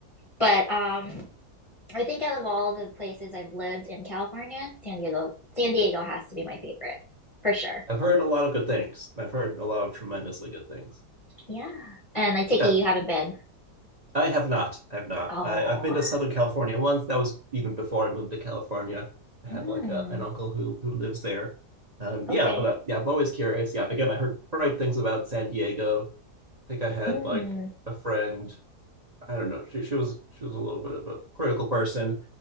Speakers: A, on the left (about 25°); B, on the right (about 30°).
A: But, um, I think out of all the places I've lived in California, San Diego, San Diego has to be my favorite for sure.
B: I've heard a lot of good things. I've heard a lot of tremendously good things.
A: Yeah. And I take
B: Yeah,
A: it you haven't been.
B: I have not. I have not.
A: Oh.
B: I, I've been to Southern California once. That was even before I moved to California. I
A: Mm,
B: have like a, an uncle who who lives there. Um,
A: okay.
B: yeah, but uh, yeah, I'm always curious. Yeah, again, I heard great things about San Diego. I think I had
A: Mm,
B: like a friend I don't know. She she was she was a little bit of a critical person,